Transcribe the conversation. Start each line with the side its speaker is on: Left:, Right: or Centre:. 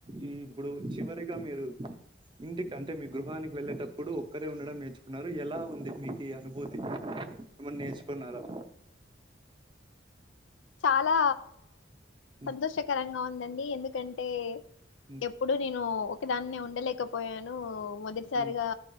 Right: ఈ ఇప్పుడు చివరిగా మీరు ఇంటికి అంటే మీ గృహానికి వెళ్ళేటప్పుడు ఒక్కరే ఉండడం నేర్చుకున్నారు ఎలా ఉంది మీకు ఈ అనుభూతి ఏమన్నా నేర్చుకున్నారా
Left: చాలా
Right: ఉమ్,
Left: సంతోషకరంగా ఉందండి ఎందుకంటే
Right: ఉమ్,
Left: ఎప్పుడు నేను ఒకదాన్నే ఉండలేకపోయాను మొదటిసారిగా
Right: ఉమ్,